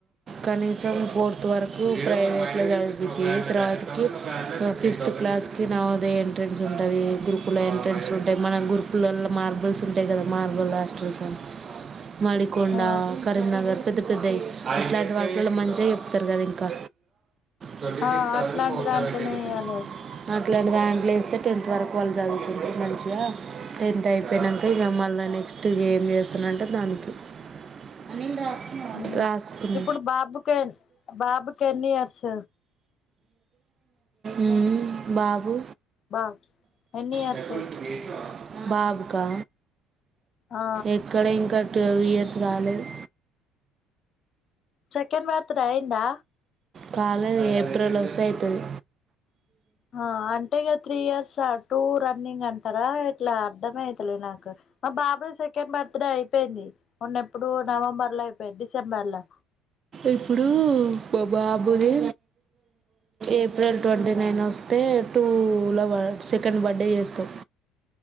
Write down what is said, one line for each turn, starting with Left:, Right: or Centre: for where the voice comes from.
Right: కనీసం ఫోర్త్ వరకు ప్రైవేట్లో చదివిపిచ్చి తర్వాతకి ఫి-ఫిఫ్త్ క్లాస్ కి నవోదయ ఎంట్రెన్స్ ఉంటది గురుకుల ఎంట్రెన్స్ ఉంటాయి మన గురుకుల మార్బల్స్ ఉంటాయి కదా మార్బల్ హాస్టల్సు మాడికొండ
Left: ఆ
Right: కరీంనగర్ పెద్ద పెద్దయి ఇట్లాంటి వాట్లలో మంచిగా చెప్తారు కదా ఇంకా థర్టీ
Left: ఆ
Right: సిక్స్ సెవెన్
Left: అట్లాంటి
Right: ఫోర్సెవేంటీ
Left: దాంట్లోనే
Right: రూపీస్
Left: ఎయ్యాలే
Right: ఇట్లాంటి దాంట్లో వేస్తే టెన్త్ వరకు వాళ్ళు చదువుకుంటారు మంచిగా టెన్త్ అయిపోయినాంక ఇగ మల్ మళ్ళా నెక్స్ట్ ఏం చేస్తానంటే దానికి అనిల్
Left: మ్మ్
Right: రాసుకున్న
Left: ఇప్పుడు బాబుకే బాబుకి ఎన్ని ఇయర్స్
Right: ఉమ్ బాబు
Left: బాబ్ ఎన్ని ఇయర్స్
Right: పెద్దొడికి చేసినవా బాబుకా
Left: ఆ
Right: ఎక్కడ ఇంకా ట్వల్వ్ ఇయర్స్ కాలేదు
Left: సెకండ్ బర్త్త్ర డే అయిందా
Right: కాలేదు ఏప్రిల్ ఓస్తే అయితది
Left: ఆ అంటే ఇగా త్రీ ఇయర్స్ టూ రన్నింగ్ అంటారా ఎట్లా అర్ధమయితలే నాకు మా బాబుది సెకండ్ బర్త్డే అయిపోయింది మొన్నెప్పుడు నవంబర్ లో అయిపోయింది డిసెంబర్ లా
Right: ఇప్పుడు మా బాబుది ఏప్రిల్ ట్వంటీ నైన్ ఓస్తే ఏ టూలో సెకండ్ బర్త్డే చేస్తావ్